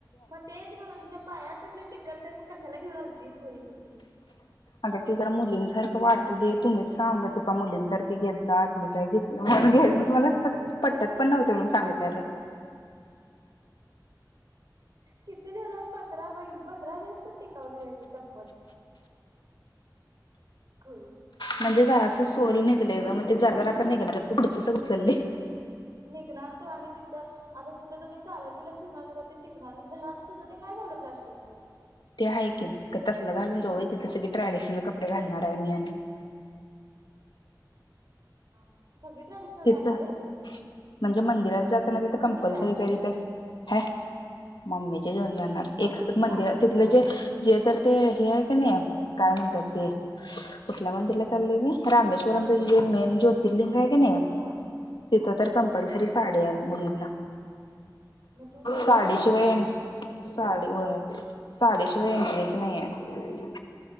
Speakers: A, on the right; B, on the left.
A: मग तेच म्हणाल तुझ्या पायातच टिकत नाही मग कशाला घेऊन आलतीस गोळी कुठली?
B: अग ती जरा मुलीं झार वाटू दे तुम्हीच सांग तु त्या मुलींसारखी घेत जा असली काय घेत घ <unintelligible> <unintelligible> पटत पण नव्हते म्हणून सांगितयाला.
A: किती देला? पंधरा महिन पंधरा दिवस पण टिकावले न ते चप पण खळी कुठली.
B: म्हणजे जरासं सोल निघलेय ग मग ते जागा राख निघणार पुकडच सगळं उचलले.
A: निघणार तू, आणि तिथं आता तिथं तुम्ही चालत विलत फिरणार तुला ते टिकणार घरात तुझं ते काय झालं प्लास्टिक च?
B: ते आहे की का तसलं घालून जाऊ तिथस की ट्रॅडिशनल कपडे
A: मग
B: घालणार
A: ते
B: आहे मी, आणि
A: हा सगळी ट्रॅडिशनल
B: तिथं
A: घालणार आहेस?
B: म्हणजे मंदिरात जाताना तिथे
A: नवीन
B: कंपल्सरीच
A: कपडे आणलीस
B: आहे. तिथे ह, मम्मी ेऊन जा
A: मग कुठली
B: मंदिरा
A: घालणार
B: तिथ जे जे तर ते हे आहे का नाही काय म्हणतात, ते कुठल्या मंदिरला चाललय मी? रामेश्वर जेन जोतिर्लिंग आहे का नाही? तिथं
A: हा हा
B: तर कंपल्सरी साडे आहे मुलींना.
A: मग तू साडी
B: साडीशिवाय
A: नेसून जाणार?
B: साडी वय साडीशिवाय एंट्रीच नाही आहे.